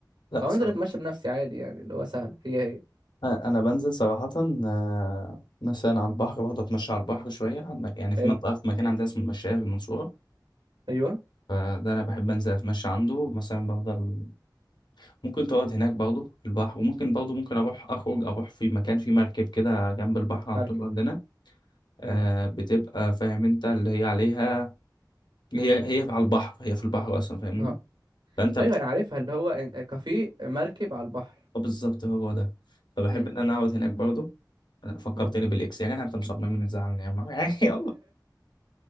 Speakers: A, on the left (about 80°); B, on the right (about 90°).
A: لا
B: او
A: صراحة
B: انزل اتمشى بنفسي عادي يعني اللي هو سهل هي هي
A: أ- انا بنزل صراحة آه، مثلا على البحر بقعد اتمشى على البحر شوية على المك- يعني في
B: حلو
A: منطقة في مكان عندنا اسمه المشاية في المنصورة
B: ايوه
A: فده انا بحب انزل اتمشى عنده مثلا بفضل ممكن تقعد هناك برضه في البحر وممكن برضه ممكن اروح اخرج اروح في مكان في مركب كده جنب البحر عن
B: مركب
A: طول عندنا آه،
B: امم
A: بتبقى فاهم انت اللي هي عليها هي هي على البحر هي في البحر اصلا فاهمني
B: اه
A: فانت
B: ايوه
A: بت...
B: انا عارفها اللي هو إن- آه، كافيه مركب على البحر
A: آه بالظبط هو ده فبحب
B: امم
A: ان انا اقعد هناك برضو أنا
B: <laughs>
A: فكرتني
B: امم
A: بالاكس يا جدع انت مصمم ان تزعلني يا عم <laughs> يعني يلا